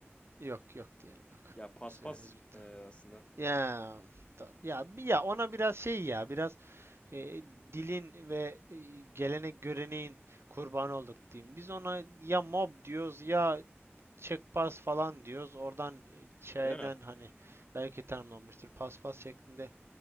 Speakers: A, on the right; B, on the left.
A: yok yok diyelim yok.
B: Ya paspas
A: Süremiz bitti.
B: e, aslında.
A: Ya ta- ya bi- ya ona biraz şey ya biraz e, dilin ve e, gelenek göreneğin kurbanı olduk diyeyim. Biz ona ya mob diyoruz ya çekpas falan diyoruz. Oradan e, şeyden
B: Değil mi?
A: hani belki tanımlanmıştır paspas şeklinde.